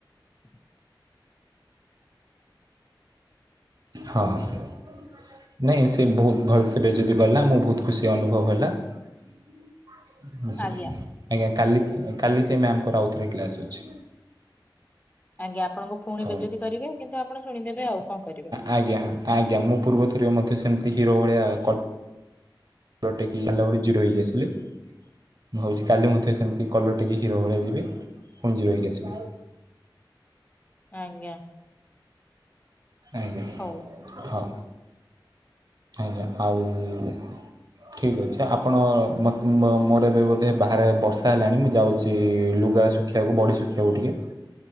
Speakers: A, on the left; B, on the right.
A: <inaudible>
B: ହଁ। ନାଇଁ ସେ ବହୁତ୍ ଭଲ ସେ ବେଜତି କଲା ମୁଁ ବହୁତ ଖୁସି ଅନୁଭବ ହେଲା। <unintelligible>
A: ଆଜ୍ଞା
B: ଆଜ୍ଞା କାଲି କାଲି ସେ ମ୍ୟାମଙ୍କର ଆଉଥରେ କ୍ଲାସ ଅଛି।
A: ଆଜ୍ଞା ଆପଣଙ୍କୁ ପୁଣି
B: ତ
A: ବେଜତି କରିବେ କିନ୍ତୁ ଆପଣ ଶୁଣିଦେବେ ଆଉ କଣ କରିବେ?
B: ଆଜ୍ଞା ଆଜ୍ଞା ମୁଁ ପୂର୍ବ ଥରିକ ମଧ୍ୟ ସେମିତି ହିରୋ ଭଳିଆ କଲ୍ <unintelligible> ଜିରୋ ହୋଇକି ଆସିଲେ। ଭାବୁଛି କାଲି ମଧ୍ୟ ସେମିତି କଲର୍ ଟେକି ହିରୋ ଭଳିଆ ବି ଯିବି ପୁଣି ଜିରୋ ହେଇକି ଆସିବି।
A: ଆଞ୍ଗା।
B: ଆଜ୍ଞା।
A: ହଉ।
B: ହଉ ଆଜ୍ଞା ଆଉ ଠିକ୍ ଅଛି ଆପଣ ମତେ ମ୍ ମୋର ଏବେ ବୋଧେ ବାହାରେ ବର୍ଷା ହେଲାଣି ମୁଁ ଯାଉଛି ଲୁଗା ଶୁଖେ୍ବାକୁ ବଡ଼ି ଶୁଖିବାକୁ ଟିକେ